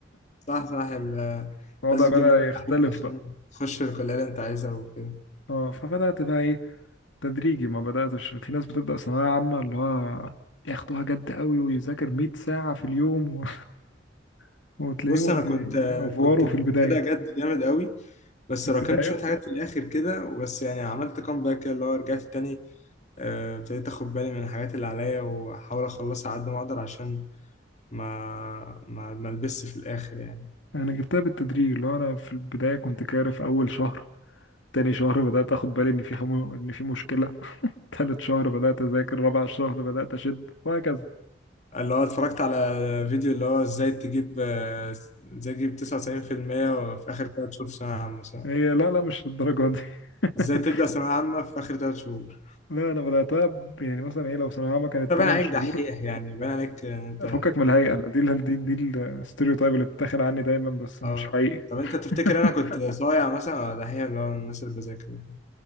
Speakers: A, on the left; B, on the left.
A: صح صح ال-
B: <laughs> الوضع
A: لازم
B: بدأ
A: تجيب درجة
B: يختلف
A: عالية عشان
B: بقى
A: تخش الكلية اللي انت عايزها وكده
B: اه فبدأت بقى ايه تدريجي ما بدأتش في ناس بتبدأ ثانوية عامة اللي هو ياخدوها جد قوي ويذاكر 100 ساعة في اليوم و... <laughs> وتلاقيهم
A: بص انا
B: بيأفوروا
A: كنت كنت واخدها
B: في البداية
A: جد جامد قوي بس
B: في
A: راكمت
B: البداية
A: شويه حاجات في الاخر كده وبس يعني عملت كام كده اللي هو رجعت تاني آه، ابتديت اخد بالي من الحاجات اللي عليا واحاول اخلصها على قد ما اقدر عشان ما ما ما البسش في الاخر يعني
B: أنا جبتها بالتدريج اللي هو أنا في البداية كنت كارف أول شهر تاني شهر بدأت أخد بالي إن في حمو... إن في مشكلة تالت شهر بدأت أذاكر رابع شهر بدأت أشد وهكذا
A: اللي هو اتفرجت على فيديو اللي هو ازاي تجيب آه، ازاي تجيب 99% في المية في اخر 3 شهور في ثانويه عامه مثلا
B: هي لا لا مش الدرجة دي <laughs>
A: ازاي تبدا ثانويه عامه في اخر 3 شهور
B: لا انا بدأتها ب- يعني مثلا هي لو ثانوية عامة كانت
A: طب
B: 8
A: انا عليك
B: شهور
A: دحيح يعني باين عليك ان انت
B: فكك من الهيئة أنا دي ال- دي دي الستيreotype اللي بتتاخد عني دايما بس مش
A: اه
B: حقيقي
A: طب انت تفتكر
B: <laughs>
A: انا كنت صايع مثلا ولا هي اللي هو الناس اللي بذاكر